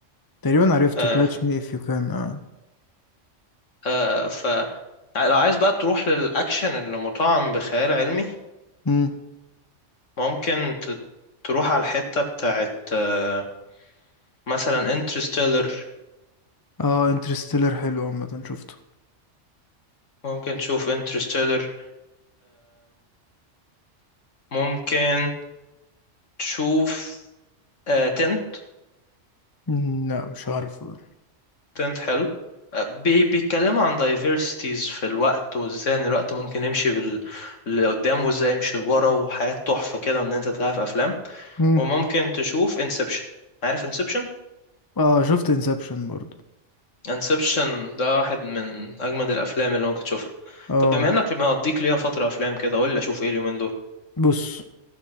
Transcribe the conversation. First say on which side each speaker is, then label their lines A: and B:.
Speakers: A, on the left (about 20°); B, on the left (about 80°).
A: تقريبا عرفته
B: آه،
A: كاتش مي اف يو كان اه
B: آه ف لو عايز بقى تروح للأكشن اللي مطعم بخيال علمي
A: مم.
B: ممكن ت... تروح على الحتة بتاعت آه مثلا انترستيلر
A: اه انترستيلر حلو عامة شفته
B: ممكن تشوف انترستيلر ممكن تشوف تنت
A: مم، لا مش عارفه ده
B: تنت حلو آه، بي بيتكلموا عن diversities في الوقت وازاي ان الوقت ممكن يمشي بال... لقدام وازاي يمشي لورا وحاجات تحفة كده وان انت تلاقيها في افلام
A: مم.
B: وممكن تشوف انسبشن عارف انسبشن
A: اه شفت انسبشن برضو
B: انسبشن ده واحد من اجمد الافلام اللي ممكن تشوفها
A: اه
B: طب بما انك مقضيك ليها فتره افلام كده قول لي اشوف ايه اليومين دول
A: بص